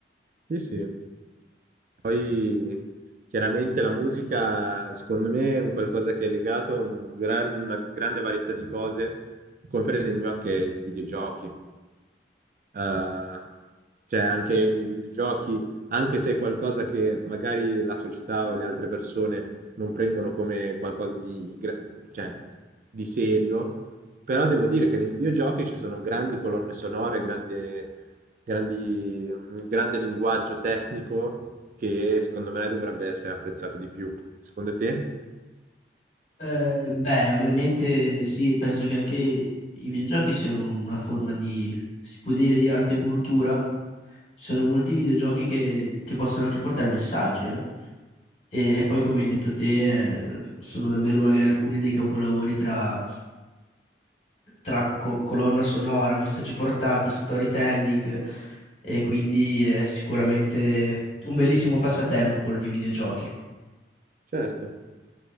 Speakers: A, on the right (about 45°); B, on the left (about 40°).
A: Sì, sì. Poi chiaramente la musica, secondo me, è un qualcosa che è legato a un gran- una grande varietà di cose, come per esempio anche i videogiochi. eh, cioè anche nei videogiochi, anche se è qualcosa che magari la società o le altre persone non prendono come qualcosa di, gra- cioè, di serio, però devo dire che nei videogiochi ci sono grandi colonne sonore, grandi, grandi, un grande linguaggio tecnico che secondo me dovrebbe essere apprezzato di più. Secondo te?
B: Eh, beh, ovviamente sì, penso che anche i videogiochi siano una forma di, si può dire, di arte e cultura. Ci sono molti videogiochi che, che possono anche portare messaggi, eh. E, e poi, come hai detto te, eh, sono davvero magari alcuni dei capolavori tra, tra co- colonna sonora, messaggi portati, storytelling, e quindi è sicuramente un bellissimo passatempo quello di videogiochi.
A: Certo.